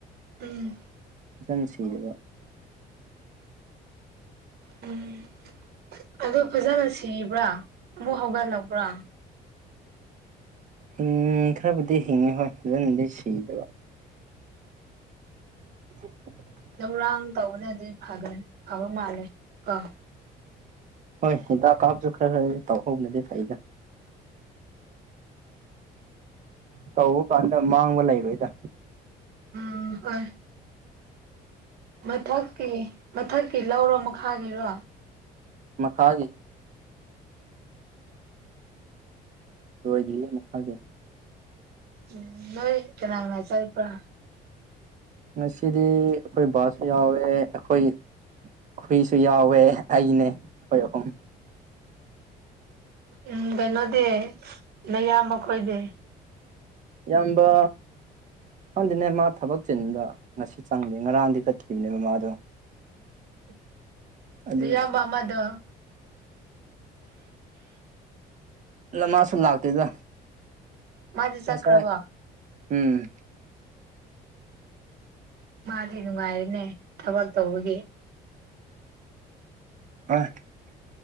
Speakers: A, on the right (about 70°); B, on the right (about 50°).
A: ꯎꯝ
B: ꯐꯖꯪ ꯁꯤꯗꯕ
A: ꯎꯝ ꯑꯗꯨ ꯐꯖꯅ ꯁꯤꯕ꯭ꯔꯥ ꯑꯃꯨꯛ ꯍꯧꯒꯠꯂꯕ꯭ꯔꯥ
B: ꯎꯝ ꯈꯔꯕꯨꯗꯤ ꯍꯤꯡꯉꯤ ꯍꯣꯏ ꯐꯖꯟꯗꯤ ꯁꯤꯗꯕ <inaudible>
A: ꯊꯧꯔꯥꯡ ꯇꯧꯕꯅꯦꯗꯤ ꯍꯥꯏ ꯑ ꯃꯥꯂꯦ ꯀꫭ
B: ꯍꯣꯏ ꯍꯤꯗꯥꯛ ꯀꯥꯞꯁꯨ ꯈꯔ ꯈꯔꯗꯤ ꯇꯧꯍꯧꯅꯗꯦ ꯁꯗ ꯇꯧꯕ ꯀꯥꯟꯗ ꯃꯥꯡꯕ ꯂꯩꯔꯣꯏꯗ
A: ꯍꫭꯏ ꯃꯊꯛꯀꯤ ꯃꯊꯛꯀꯤ ꯂꯧꯔꯣ ꯃꯈꯥꯒꯤꯔꯣ
B: ꯃꯈꯥꯒꯤ ꯂꫭꯏꯗꯤ ꯃꯈꯥꯒꯤ
A: ꯎꯝ ꯅꯣꯏ ꯀꯅꯥ ꯀꯅꯥ ꯆꯠ ꯄꯔꯥ
B: ꯉꯁꯤꯗꯤ ꯑꯩꯈꯣꯏ ꯕꯥꯁꯨ ꯌꯥꯎꯋꯦ ꯑꯩꯈꯣꯏ ꯍꯨꯏꯁꯨ ꯌꯥꯎꯋꯦ ꯑꯩꯅꯦ ꯍꯣꯏ ꯑꯍꯨꯝ
A: ꯎꯝ ꯀꯩꯅꯣꯗꯤ ꯅꯌꯥꯝꯕꯣꯏꯗꯤ
B: ꯏꯌꯥꯝꯕ ꯍꯪꯗꯤꯅꯦ ꯃꯥ ꯊꯕꯛ ꯆꯤꯟꯗ ꯉꯁꯤ ꯆꯪꯗꯦ ꯉꯔꯥꯡꯗꯤ ꯆꯠꯈꯤꯕꯅꯦꯕ ꯃꯥꯗꯣ
A: <inaudible> <unintelligible>
B: ꯑꯗꯨ
A: ꯅꯌꯥꯝꯕ ꯑꯃꯗꫭ
B: ꯃꯥꯁꯂ ꯂꯥꯛꯇꯦꯗ
A: ꯃꯥꯗꯤ
B: ꯉꯥꯁꯥꯏ
A: ꯆꯠꯈ꯭ꯔꯕꯣ
B: ꯎꯝ
A: ꯃꯥꯗꯤ ꯅꯨꯡꯉꯥꯏꯔꯤꯅꯦ ꯊꯕꯛ ꯇꯧꯕꯒꯤ
B: <unintelligible>